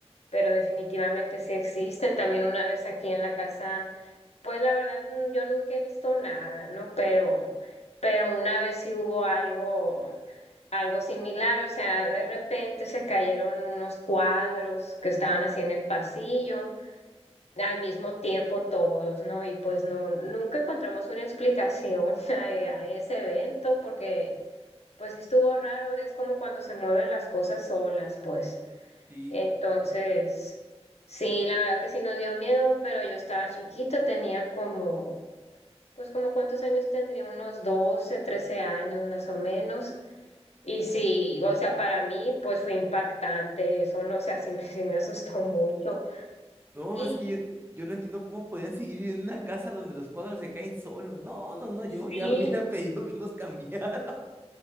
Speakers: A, on the left (about 70°); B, on the right (about 20°).
A: pero definitivamente sí existen. También una vez aquí en la casa. Pues la verdad, n- yo nunca he visto nada, ¿no? Pero, pero una vez sí hubo algo, algo similar, o sea, de repente se cayeron unos cuadros que estaban así en el pasillo, al mismo tiempo todos, ¿no? Y pues no, nunca encontramos una explicación <laughs> a, a ese evento, porque pues estuvo raro, es como cuando se mueven las cosas solas, pues.
B: Sí,
A: Entonces, sí, la verdad que sí nos dio miedo, pero yo estaba chiquita, tenía como pues como cuántos años tendría, unos 12, 13 años más o menos. Y sí, o sea, para mí pues fue impactante eso, no sé, así me, sí me asustó mucho.
B: no,
A: Y
B: es que yo, yo no entiendo cómo podían seguir viviendo en una casa donde los cuadros se caen solos. No, no, no, yo
A: sí,
B: ya <laughs> hubiera pedido que nos cambiaran.